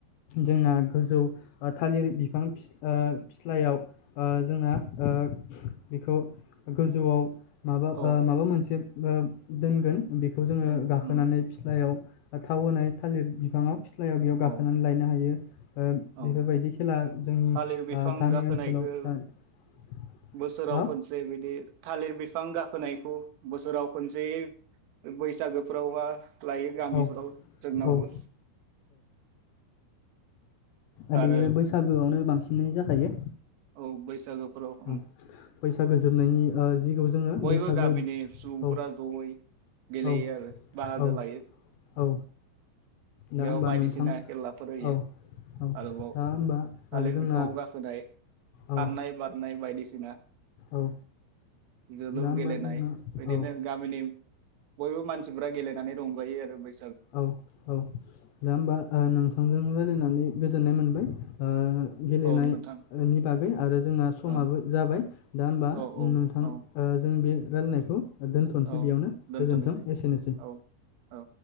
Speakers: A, on the left; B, on the right.
A: जोंना गोजौ ओ थालिर बिफां फिस ओ फिस्लायाव ओ जोंना ओ बेखौ गोजौआव माबा
B: औ
A: ओ माबा मोनसे <unintelligible> दोनगोन। बेखौ जोङो
B: उम
A: गाखोनानै
B: उम
A: फिस्लायाव ओ थाव होनाय थालिर बिफाङाव फिस्लायाव बेयाव गाखोनानै
B: औ
A: लायनो हायो। ओ
B: औ
A: बेफोरबायदि खेला जोंनि
B: थालिर बिफां
A: ओ गामि
B: गाखोनायखौ
A: ओनसोलाव जा ओ
B: बोसोराव खनसे बिदि थालिर बिफां गाखोनायखौ बोसोराव खोनसे बैसागोफ्रावहा लायो गामिफोराव
A: औ
B: जोंनावबो
A: औ ओ
B: आरो
A: बेयो बैसागोआवनो बांसिनै जाखायो
B: औ बैसागो फ फोराव उम
A: औ बैसागो जोबनायनि ओ जिखौ जोङो
B: बयबो
A: बैसागो
B: गामिनि सुबुंफोरा
A: औ
B: जयै गेलेयो
A: औ
B: आरो बाहागो
A: औ
B: लायो
A: औ दा
B: बेयाव
A: होमबा
B: बायदिसिना
A: नोंथां
B: खेलाफोर होयो
A: औ औ
B: आरोबाव
A: दा होमबा
B: थालिर
A: ओ जोंना
B: बिफाङाव गाखोनाय
A: औ
B: खारनाय बारनाय बायदिस सिना
A: औ
B: जोलुर
A: दा होमबा
B: गेलेनाय
A: जोंना
B: बेदिनो
A: औ
B: गामिनि बयबो मानसिफ्रा गेलेनानै रंजायो आरो बै
A: औ औ जा होमबा ओ नोंथांजों रायज्लायनानै गोजोननाय मोनबाय। ओ गेलेनायनायनि
B: औ नोंथां
A: बागै आरो जोंना समाबो
B: औ
A: जाबाय दा होमबा
B: औ
A: नोंथां
B: औ
A: ओ जों बे रायलायनायखौ दोनथ'नोसै
B: औ
A: बेयावनो
B: दोनथ'नोसै
A: गोजोन्थों एसेनोसै।
B: औ औ